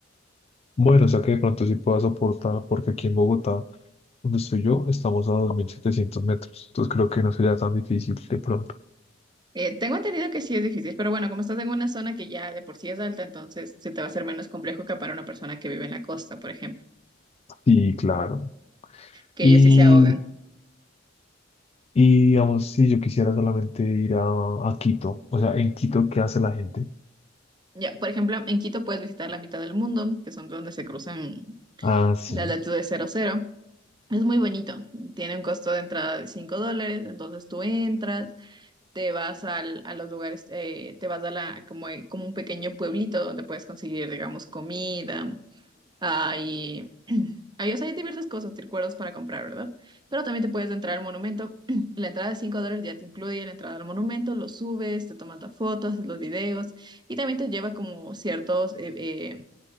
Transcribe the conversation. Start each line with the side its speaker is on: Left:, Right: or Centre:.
Left: Bueno, o sea que de pronto sí pueda soportar, porque aquí en Bogotá, donde estoy yo, estamos a 2.700 metros. Entonces creo que no sería tan difícil de pronto.
Right: Eh, tengo entendido que sí es difícil, pero bueno, como estás en una zona que ya de por sí es alta, entonces se te va a hacer menos complejo que para una persona que vive en la costa, por ejemplo,
Left: Sí, claro.
Right: que
Left: Y,
Right: ellos sí se ahogan.
Left: y digamos, si yo quisiera solamente ir a, a Quito, o sea, en Quito, ¿qué hace la gente?
Right: Ya, por ejemplo, en Quito puedes visitar la mitad del mundo, que son donde se cruzan
Left: Ah, sí.
Right: las latitudes cero cero Es muy bonito. Tiene un costo de entrada de 5 dólares, entonces tú entras, te vas al- a los lugares, eh, te vas a la, como, como un pequeño pueblito donde puedes conseguir, digamos, comida. Ah, y <clears throat> hay, o sea, hay diversas cosas, recuerdos para comprar, ¿verdad? Pero también te puedes entrar al monumento. <clears throat> La entrada de 5 dólares ya te incluye la entrada al monumento, lo subes, te tomas las fotos, haces los videos y también te lleva como ciertos, eh, eh,